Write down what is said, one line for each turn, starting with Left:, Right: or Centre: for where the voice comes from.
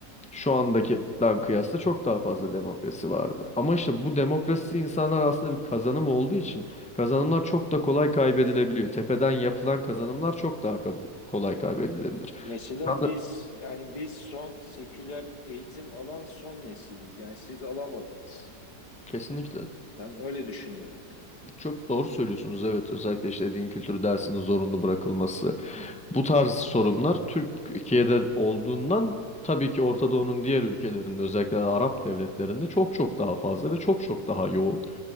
Centre: Şu andakidan
Left: Hı hı.
Centre: kıyasla çok daha fazla demokrasi vardı. Ama işte bu demokrasi insanlar aslında bir kazanım olduğu için kazanımlar çok da kolay kaybedilebiliyor. Tepeden yapılan kazanımlar çok daha kab- kolay kaybedilebilir.
Left: Mesela
Centre: Ben de-
Left: biz yani biz son seküler eğitim alan son nesiliz. Yani siz alamadınız.
Centre: Kesinlikle.
Left: Ben öyle düşünüyorum yani.
Centre: Çok doğru söylüyorsunuz. Evet, özellikle işte din kültürü dersinin zorunlu bırakılması.
Left: Hı hı.
Centre: Bu tarz sorunlar Türkiye'de olduğundan tabii ki Orta Doğu'nun diğer ülkelerinde özellikle Arap devletlerinde çok çok daha fazla ve çok çok daha yoğun.